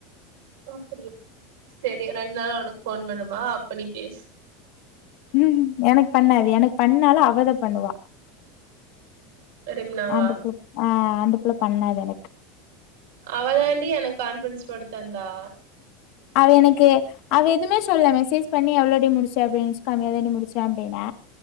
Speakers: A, on the right; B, on the left.
A: அப்படியா செரி ரெண் நாள் உனக் போன் பண்ணுமா அப்ப நி பேசு
B: ஹூ எனக் பண்ணாது எனக் பண்ணாலும் அவத பண்ணுவா
A: ரெம்னாவா
B: அந்தப் பு ஹா அந்தப் புள பண்ணாத் எனக்
A: அவதாண்டி எனக் கான்ப்ரன்ஸ் போட்டுத்தந்தா
B: அவ எனக்கு அவ எதுமே சொல்ல மெசேஜ் பண்ணி எவ்ளோடி முடிச்ச அப்படின்னுச் காமி அதுர முடிச்சே அப்டீன்னா